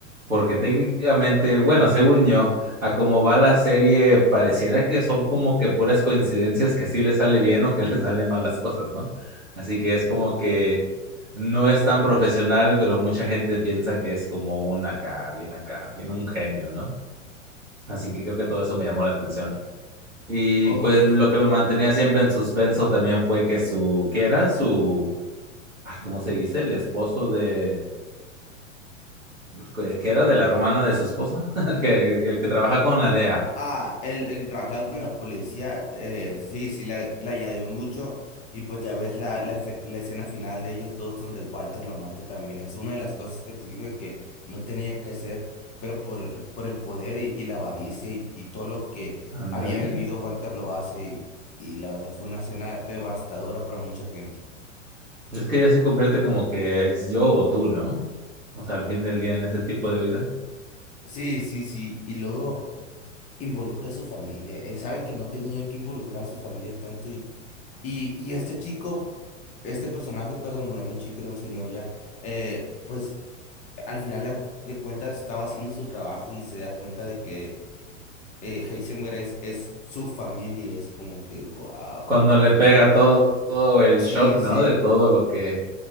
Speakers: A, on the right; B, on the left.
A: Porque técnicamente, bueno, según yo, a cómo va la serie, pareciera que son como que puras coincidencias que sí le sale bien o que le <laughs> salen mal las cosas, ¿no? Así que es como que no es tan profesional, pero mucha gente piensa que es como un acá, bien acá, bien un genio, ¿no? Así que creo que todo eso me llamó la atención. Y
B: Ok.
A: pues lo que me mantenía siempre en suspenso también fue que su, ¿qué era? Su ah, ¿cómo se dice? El esposo de, que que era de la hermana de su esposa, <laughs> que, que- el que trabaja con la DEA.
B: Ah, el, el trabajar con la policía, eh, sí, sí, la, la añadió mucho. Y pues ya ves la, la, efe- la escena final de ellos todos donde Walter lo mata también. Es una de las cosas que te digo de que no tenía que hacer, pero por, por el poder y, y la avaricia y, y todo lo que
A: Ándale.
B: había vivido, Walter lo hace. Y, y la verdad fue una escena devastadora para mucha gente.
A: Es que ya se convierte como que es yo o tú, ¿no? O sea, al fin del día en ese tipo de vida.
B: Sí, sí, sí. Y luego involucra a su familia. Él sabe que no tenía que involucrar a su familia tanto y... Y, y este chico este personaje, perdón, no era un chico, era un señor ya, eh, pues al final la- de cuentas estaba haciendo su trabajo y se da cuenta de que eh, Heisenberg es, es su familia, es como que, wow,
A: Cuando le pega todo, todo el
B: sí,
A: shock, ¿no?
B: sí,
A: De todo lo que